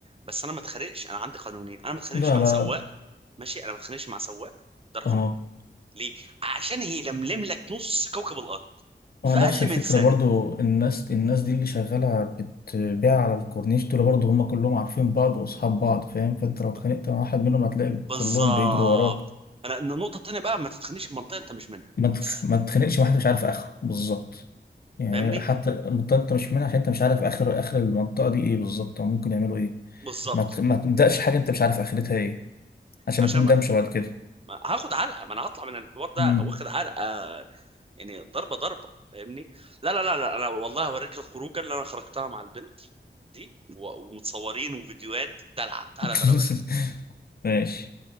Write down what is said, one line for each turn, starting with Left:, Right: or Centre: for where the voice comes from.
Right: بس انا ما اتخانقش انا عندي قانونين انا ما اتخانقش
Left: لا
Right: مع
Left: لا
Right: سواق ماشي انا ما اتخانقش مع سواق ده رقم
Left: اه
Right: واحد ليه عشان هي لملم لك نص كوكب الارض
Left: اه
Right: في
Left: نفس
Right: اقل
Left: الفكرة
Right: من ثانيه
Left: برضو الناس الناس دي اللي شغالة بتبيع على الكورنيش دول برضو هم كلهم عارفين بعض واصحاب بعض فاهم فانت لو
Right: ب-
Left: اتخانقت مع واحد منهم هتلاقي
Right: بالظبط
Left: كلهم بيجروا وراك
Right: انا النقطه التانيه بقى ما تتخانقش في منطقه انت مش منها
Left: ما تخ...
Right: بس.
Left: ما تخلقش واحد مش عارف اخره بالظبط يعني
Right: فاهمني
Left: حتى المنطقة انت مش منها عشان انت مش عارف اخر اخر المنطقة دي ايه بالظبط او ممكن يعملوا ايه
Right: بالظبط
Left: ما ت... ما تبدأش حاجة انت مش عارف اخرتها ايه عشان
Right: عشان
Left: ما تندمش بعد كده
Right: ما هاخد علقه ما انا هطلع من الحوار ده
Left: مم.
Right: أو واخد علقه يعني ضربه ضربه فاهمني لا لا لا لا انا والله هوريك الخروجه اللي انا خرجتها مع البنت دي و- ومتصورين وفيديوهات دلع تعالى
Left: <laughs>
Right: تعالى اوريك
Left: ماشي